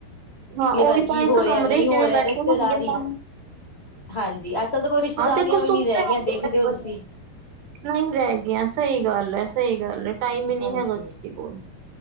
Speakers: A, on the right; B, on the left.
A: ਹਾਂ।
B: ਘਰ
A: ਉਹੀ
B: ਕੀ
A: ਤਾਂ ਇੱਕ
B: ਹੋ ਰਿਹਾ,
A: ਕਮਰੇ
B: ਨਹੀਂ
A: ਚ
B: ਹੋ
A: ਵੀ
B: ਰਿਹਾ
A: ਬੈਠੇ
B: ਤੇ ਰਿਸ਼ਤੇਦਾਰ
A: ਹੋਣਗੇ
B: ਹੀ,
A: ਤਾਂ
B: ਹਾਂਜੀ। ਅੱਜ ਕੱਲ ਤਾਂ ਕੋਈ ਰਿਸ਼ ਰਿਸ਼ਤੇਦਾਰੀਆਂ
A: ਹਾਂ ਤੇ ਕੁ ਸੁੱਤੇ
B: ਵੀ ਨਹੀਂ ਰਹਿ ਗਈਆਂ
A: ਹੋਣਗੇ
B: ਦੇਖਦੇ ਹੋ ਤੁਸੀਂ।
A: ਨਹੀਂ ਰਹਿ ਗਈਆਂ। ਸਹੀ ਗੱਲ ਹੈ, ਸਹੀ ਗੱਲ ਹੈ। ਟਾਈਮ ਹੀ ਨਹੀਂ
B: ਹਾਂਜੀ
A: ਹੈਗਾ ਕਿਸੇ ਕੋਲ।